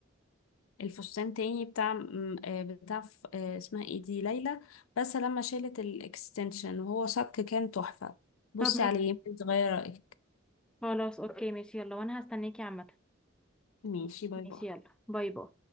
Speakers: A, on the left; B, in the centre.
A: الفستان تاني بتاع م- آه، بتاع ف- آه، اسمها ايه دي ليلى بس لما شالت الاكستنشن وهو صك كان تحفة بصي
B: طب
A: عليه يمكن تغير رأيك
B: خلاص اوكي ماشي يلا وانا هستناكي عامة
A: ماشي باي
B: ماشي
A: باي
B: يلا باي باي